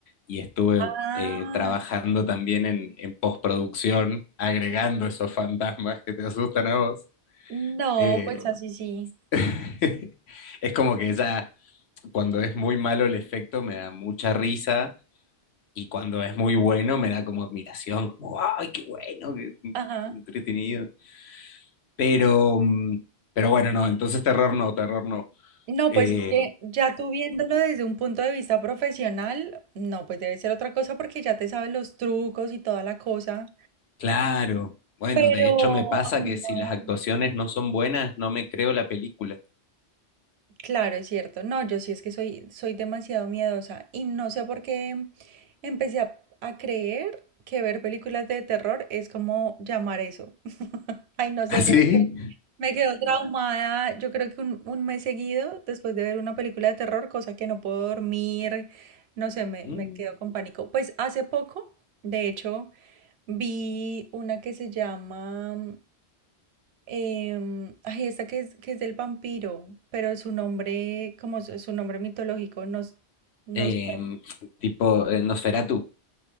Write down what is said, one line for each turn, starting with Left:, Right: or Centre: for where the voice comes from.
Left: y estuve
Right: Ah,
Left: eh, trabajando también en, en postproducción, agregando esos fantasmas que te asustan a vos,
Right: no,
Left: eh,
Right: pues así sí.
Left: <laughs> es como que ya cuando es muy malo el efecto me da mucha risa Y cuando es muy bueno me da como admiración, como, ay, qué bueno, qué
Right: Ajá.
Left: entretenido. Pero, mm, pero bueno, no, entonces terror no, terror no.
Right: No,
Left: Eh,
Right: pues es Claro. que ya tú viéndolo desde un punto de vista profesional, no, pues debe ser otra cosa porque ya te sabes los trucos y toda la cosa.
Left: claro, bueno,
Right: Pero,
Left: de hecho me pasa
Right: ay,
Left: que si
Right: no.
Left: las actuaciones no son buenas, no me creo la película.
Right: Claro, es cierto. No, yo sí es que soy, soy demasiado miedosa y no sé por qué empecé a, a creer que ver películas de terror es como llamar eso. Ay, no sé
Left: ¿Así?
Right: por qué. Me quedo traumada, yo creo que un, un mes seguido después de ver una película de terror, cosa que no puedo dormir, no sé, me,
Left: Mm.
Right: me quedo con pánico. Pues hace poco, de hecho, vi una que se llama, em, ay, esta que es, que es del vampiro, pero su nombre, como su, su nombre mitológico, nos, nos...
Left: Em, tipo eh, Nosferatu.